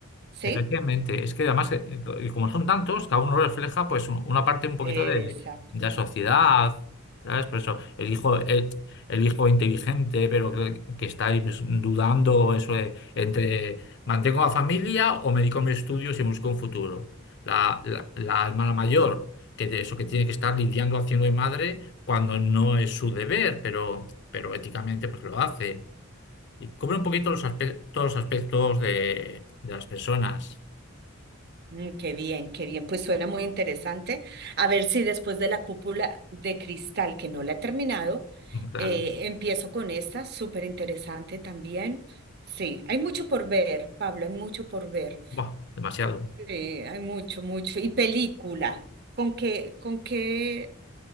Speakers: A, on the right; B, on the left.
A: ¿Sí?
B: Efectivamente, es que además, eh, co- y como son tantos, cada uno refleja pues un- una parte un poquito
A: Exacto.
B: de, de la sociedad, ¿sabes? Por eso, el hijo, el, el hijo inteligente, pero que, que está ahí pues, dudando eso de, entre mantengo la familia o me dedico a mis estudios y busco un futuro. La, la, la hermana mayor, que de eso que tiene que estar lidiando haciendo de madre cuando no es su deber, pero, pero éticamente pues lo hace. Y cubre un poquito los aspectos, todos los aspectos de de las personas.
A: Mm, qué bien, qué bien. Pues suena muy interesante. A ver si después de la cúpula de cristal, que no la he terminado,
B: Mm, Claro.
A: eh, empiezo con esta, súper interesante también. Sí, hay mucho por ver, Pablo, hay mucho por ver.
B: Buah, demasiado.
A: Sí, hay mucho, mucho. Y película, ¿con qué, con qué,